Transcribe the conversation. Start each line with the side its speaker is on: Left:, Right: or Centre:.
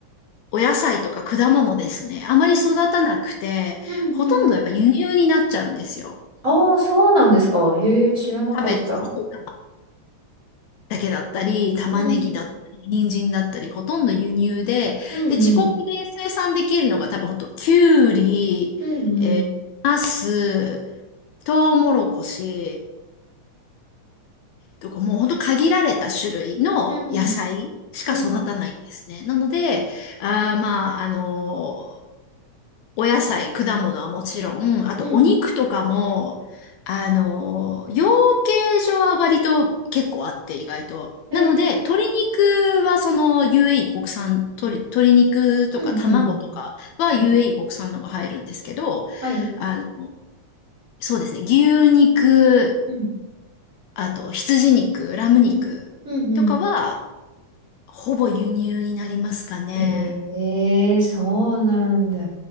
Left: お野菜とか果物ですね、あまり育たなくて、
Right: うん、うん、
Left: ほとんどやっぱ輸入になっちゃうんですよ。
Right: うん。ああ、そうなんですか。へえ、知らなかった。
Left: キャベツとかだけだったり、玉ねぎだったり、
Right: うん、
Left: 人参だったり、ほとんど輸入で、
Right: うん、
Left: で、自国で生産できるのが多分ほんと、
Right: うん、
Left: きゅうり、
Right: うん、
Left: えー、ナス、トウモロコシとかもうほんと限られた種類の野菜しか育たないんですね。
Right: うん、うん、うん、
Left: なので、あーまあ、あのーお野菜、果物はもちろん、あとお肉とかも、
Right: うん。
Left: あのー養鶏場は割と結構あって意外と。
Right: へえ、
Left: なので、鶏肉はその UAE 国産、鶏、鶏肉とか卵とかは
Right: うん、うん、うん。
Left: UAE 国産のが入るんですけど、
Right: はい、
Left: あの、そうですね、牛肉、
Right: うん、
Left: あと、羊肉、ラム肉とかは、
Right: うん、うん、うん。
Left: ほぼ輸入になりますかね。
Right: へえ、そうなんだ。